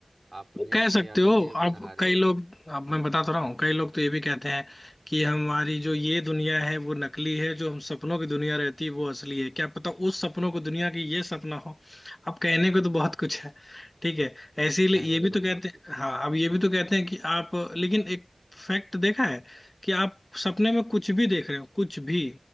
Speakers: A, on the right; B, on the left.
A: आपने
B: वो कह
A: अपने
B: सकते
A: यादों
B: हो
A: के
B: अब
A: सहारे
B: कई लोग अब मैं बता तो रहा हूँ कई लोग तो ये भी कहते हैं कि हमारी जो ये दुनिया है वो नकली है जो हम सपनों की दुनिया रहती है वो असली है क्या पता उस सपनों को दुनिया की ये सपना हो अब कहने को तो बहुत कुछ है ठीक है ऐसे ही
A: रहने
B: ये
A: का
B: भी
A: तो
B: तो कहते
A: बहुत कुछ
B: हैं हाँ अब ये भी तो कहते हैं कि आप लेकिन एक फैक्ट देखा है कि आप सपने में कुछ भी देख रहे हो कुछ भी